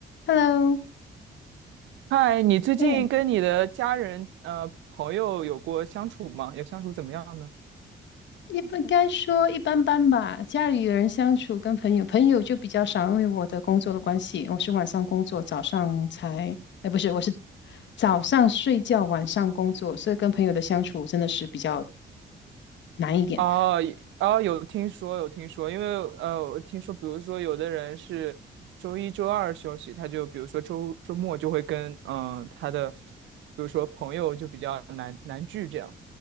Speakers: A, on the left; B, on the right.
A: Hello，
B: 嗨，你最近跟你的家人、
A: 哎，
B: 呃朋友有过相处吗？有相处怎么样呢？
A: 也不该说一般般吧。家里人相处跟朋友，朋友就比较少，因为我的工作的关系，我是晚上工作，早上才，哎，不是，我是早上睡觉，晚上工作，所以跟朋友的相处真的是比较难一点。
B: 哦，也哦，有听说，有听说，因为呃，我听说，比如说有的人是周一、周二休息，他就比如说周周末就会跟嗯、呃他的，比如说朋友就比较难难聚这样。